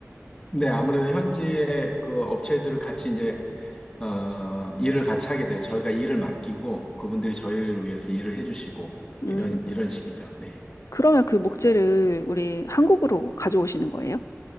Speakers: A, on the left; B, on the left.
A: 네, 아무래도 현지의 그 업체들을 같이 이제, 어, 일을 같이 하게 돼요. 저희가 일을 맡기고, 그분들이 저희를 위해서 일을 해주시고,
B: 음,
A: 이런, 이런 식이죠. 네.
B: 그러면 그 목재를 우리 한국으로 가져오시는 거예요?